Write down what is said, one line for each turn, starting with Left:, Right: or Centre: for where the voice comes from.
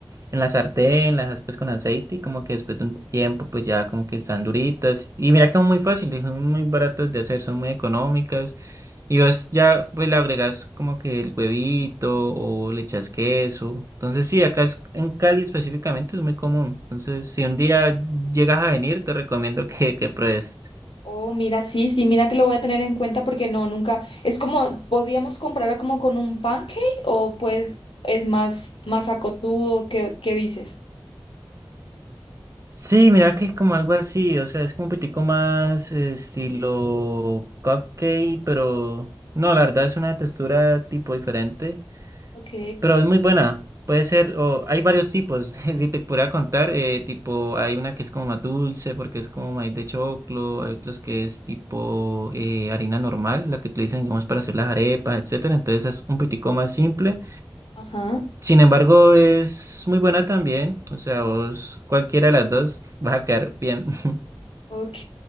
Right: en la sartén, las aspas con aceite y como que después de un tiempo pues ya como que están duritas. Y mira que son muy fáciles, son muy baratas de hacer, son muy económicas. Y vos ya pues le agregas como que el huevito o le echas queso. Entonces sí, acá es, en Cali específicamente es muy común. Entonces si un día llegas a venir te recomiendo que, que pruebes.
Left: Oh, mira, sí, sí, mira que lo voy a tener en cuenta porque no, nunca. Es como, podríamos comparar como con un pancake o pues es más, más acotudo, ¿qué, qué dices?
Right: Sí, mira que es como algo así, o sea, es como un poquitico más eh, estilo cupcake, pero no, la verdad es una textura tipo diferente.
Left: Ok,
Right: Pero es muy buena. Puede ser, o hay varios tipos. <laughs> Si te pudiera contar, eh, tipo, hay una que es como más dulce, porque es como maíz de choclo, hay otras que es tipo eh, harina normal, la que utilizan, digamos, para hacer las arepas, etcétera. Entonces es un poquitico más simple.
Left: ajá,
Right: Sin embargo, es muy buena también. O sea, vos, cualquiera de las dos, vas a quedar bien. <laughs>
Left: ok.